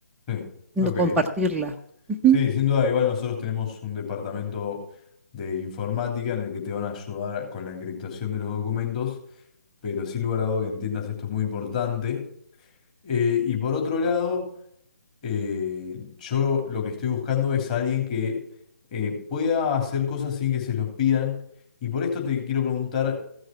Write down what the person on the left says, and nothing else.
Sí,
ok.
Sí, sin duda, igual nosotros tenemos un departamento de informática en el que te van a ayudar con la encriptación de los documentos, pero sin lugar a duda que entiendas esto es muy importante. Eh, y por otro lado... eh, yo lo que estoy buscando es alguien que eh, pueda hacer cosas sin que se los pidan. Y por esto te quiero preguntar